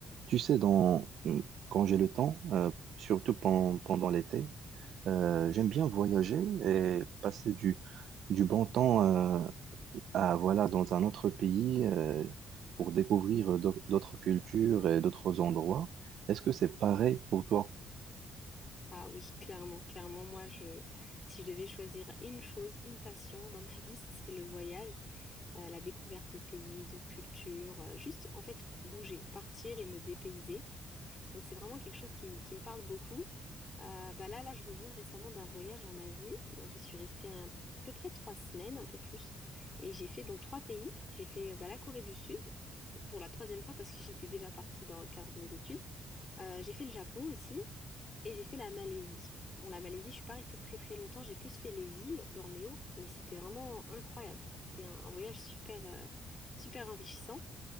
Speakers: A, on the right (about 70°); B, on the left (about 35°).
A: Tu sais, dans, quand j'ai le temps, euh, surtout pen- pendant l'été, euh, j'aime bien voyager et passer du, du bon temps euh, à, voilà, dans un autre pays euh, pour découvrir euh, d'au- d'autres cultures et d'autres endroits. Est-ce que c'est pareil pour toi?
B: Ah oui, clairement, clairement, moi, je, si je devais choisir une chose, une passion dans ma <laughs> vie, ce serait le voyage, euh, la découverte de pays, de cultures, euh, juste en fait bouger, partir et me dépayser. Donc c'est vraiment quelque chose qui, qui me parle beaucoup. Euh, bah là, là, je reviens récemment d'un voyage en Asie, donc j'y suis restée à peu près trois semaines, un peu plus, et j'ai fait donc trois pays. J'ai fait bah, la Corée du Sud pour la troisième fois parce que <laughs> j'étais déjà partie dans le cadre de mes études. Euh, j'ai fait le Japon aussi. Et j'ai fait la Malaisie. Bon, la Malaisie, je suis pas restée très très longtemps, j'ai plus fait les îles, Bornéo, mais c'était vraiment incroyable. C'était un, un voyage super, euh, super enrichissant.